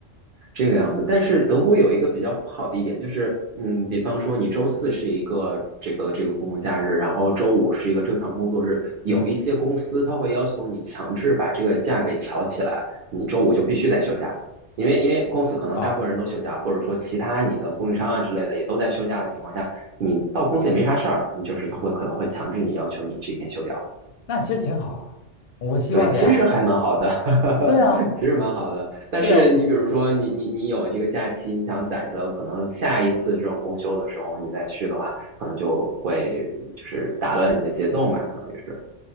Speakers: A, on the right (about 60°); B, on the left (about 60°).
A: 这个样子。但是德国有一个比较不好的一点，就是，嗯，比方说你周四是一个这个这个公共假日，然后周五是一个正常工作日，有一些公司它会要求你强制把这个假给调起来，
B: 嗯，
A: 你周五就必须得休假，因为因为公司可能大部分人都休假，
B: 啊，
A: 或者说其他你的供应商啊之类的也都在休假的情况下，你到公司也没啥事儿，你就是他会可能会强制你要求你这天休掉。
B: 那其实挺好啊，我希望这样啊。
A: 对，其实还蛮好的，<laughs>
B: 对啊，
A: 其实蛮好的。但是你比如说你，
B: 对啊，我
A: 你你有这个假期，你想攒着，可能下一次这种公休的时候你再去的话，可能就会就是打乱你的节奏嘛，相当于是。